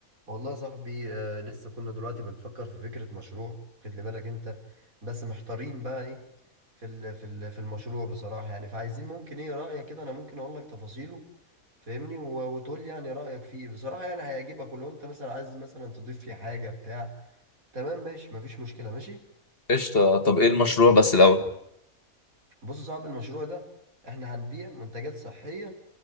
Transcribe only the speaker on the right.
والله يا صاحبي آه لسه كنا دلوقتي بنفكر في فكرة مشروع واخد لي بالك انت بس محتارين بقى ايه في ال في ال في المشروع بصراحة يعني فعايزين ممكن ايه رأيك كده انا ممكن اقول لك تفاصيله فاهمني و- وتقول لي يعني رأيك فيه بصراحة يعني هيعجبك ولو انت مثلا عايز مثلا تضيف فيه حاجة بتاع تمام ماشي مفيش مشكلة ماشي
بص يا صاحبي المشروع ده احنا هنبيع منتجات صحية